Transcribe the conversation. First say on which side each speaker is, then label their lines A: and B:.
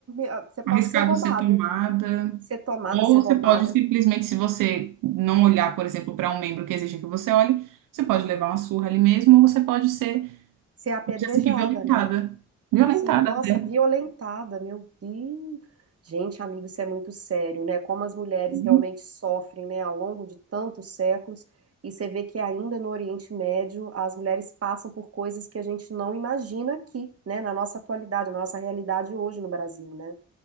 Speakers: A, on the right (about 50°); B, on the right (about 85°).
A: ah, você pode
B: Arriscado
A: ser roubada,
B: ser tomada.
A: ser tomada,
B: Ou
A: ser
B: você
A: roubada,
B: pode simplesmente, se você não olhar, por exemplo, para um membro que exige que você olhe, você pode levar uma surra ali mesmo, ou você pode ser,
A: ser
B: vamos
A: apedrejada,
B: dizer assim, que violentada.
A: né?
B: Violentada
A: Sim, nossa,
B: até.
A: violentada, meu Deus. Gente, amigo, isso é muito sério, né? Como as mulheres
B: Hum.
A: realmente sofrem, né, ao longo de tantos séculos. E você vê que ainda no Oriente Médio as mulheres passam por coisas que a gente não imagina aqui, né, na nossa atualidade, na nossa realidade hoje no Brasil, né?